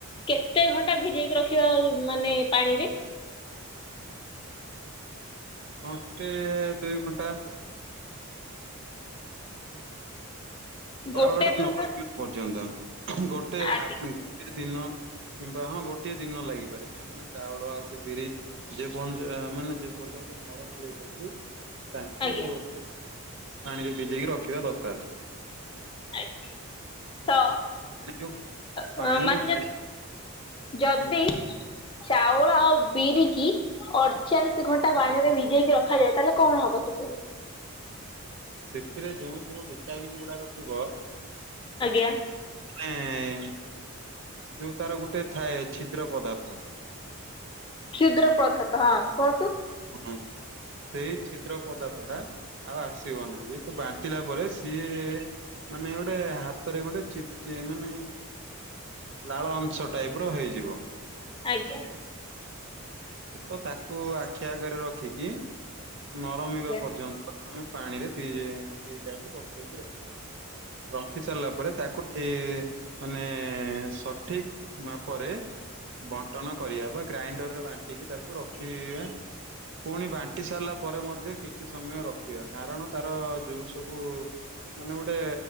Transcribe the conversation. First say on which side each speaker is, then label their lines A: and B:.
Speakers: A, on the left (about 20°); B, on the right (about 55°).
A: କେତେ ଘଣ୍ଟା ଭିଜେଇକି ରଖିବା ମାନେ ପାଣିରେ?
B: ଘଣ୍ଟେ, ଦୁଇ ଘଣ୍ଟା। ଚାଉଳଟା
A: ଗୋଟେ ଦୁଇ
B: ନ ବତୁରିବା
A: ଘ
B: ପର୍ଯ୍ୟନ୍ତ। ଗୋଟେ
A: ଆଜ୍ଞା
B: ଆଟ୍ ଗୋଟିଏ ଦିନ କିମ୍ବା ହଁ, ଗୋଟିଏ ଦିନ ଲାଗିପାରେ। କାହିଁକିନା ଚାଉଳ ଆଉ ସେ ବିରି ଯେ ପଞ୍ଚ ମାନେ ଯେ ପର୍ଯ୍ୟନ୍ତ ନରମ ହେଇଚନ୍ତି ତାଙ୍କୁ
A: ଆଜ୍ଞା
B: ପାଣିରେ ଭିଜେଇକି ରଖିବା ଦରକାର।
A: ଆଜ୍ଞା। ତ,
B: ସେ ଯୋଉ
A: ତ
B: ପାଣିରୁ
A: ମାନେ
B: କାଢି
A: ଯଦି ଯଦି
B: ହୁଁ
A: ଚାଉଳ ଆଉ ବିରିକି ଅଡଚାଳିଶ ଘଣ୍ଟା ପାଣିରେ ଭିଜେଇକି ରଖାଯାଏ, ତାହେଲେ କଣ ହବ ସେଥିରେ?
B: ସେଥିରେ ଯେଉଁସବୁ ଭିଟାମିନ୍ ଗୁଡାକ ଥିବ
A: ଆଜ୍ଞା।
B: ମାନେ ଯୋଉ ତାର ଗୋଟେ ଥାଏ, ଛିଦ୍ର ପଦାର୍ଥ।
A: କ୍ଷୁଦ୍ର ପ୍ରଧାତ, ହଁ କୁହନ୍ତୁ।
B: ହୁଁ, ସେଇ ଛିଦ୍ର ପଦାର୍ଥଟା ଆଉ ଆସ ସିବନି। ଯେହେତୁ ବାଣ୍ଟିଲା ପରେ ସିଏ ମାନେ ଗୋଟେ ହାତରେ ଗୋଟେ ଚିପଚି ମାନେ ଲାଳ ଅଂଶ ଟାଇପର ହେଇଯିବ।
A: ଆଜ୍ଞା।
B: ତ ତାକୁ ଆଖି ଆଗେରେ ରଖିକି ନରମିବା
A: ଆଜ୍ଞା
B: ପର୍ଯ୍ୟନ୍ତ, ଆମେ ପାଣିରେ ଦିଇ ଦିଟାକୁ ବତୁରେଇକି ରଖିବା। ରଖି ସାରିଲା ପରେ, ତାକୁ ଠି ମାନେ ସଠିକ ମାପରେ ବଣ୍ଟନ କରିବା ବା ଗ୍ରାଇଣ୍ଡରରେ ବାଣ୍ଟିକି ତାକୁ ରଖିବା। ପୁଣି ବାଣ୍ଟି ସାରିଲା ପରେ ମଧ୍ୟ କିଛି ସମୟ ରଖିବା। କାରଣ ତାର ଯୋଉ ସବୁ ମାନେ ଗୋଟେ